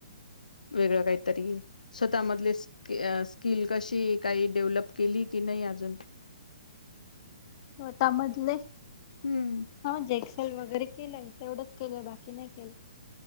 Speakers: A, on the left; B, on the left.
A: वेगळं काहीतरी? स्वतः मधले स्किल कशी काही डेव्हलप केली की नाही अजून?
B: स्वतः मधले?
A: हम्म.
B: हा जेएक्सेल वगैरे केलंय. तेवढंच केलंय. बाकी नाही केलं.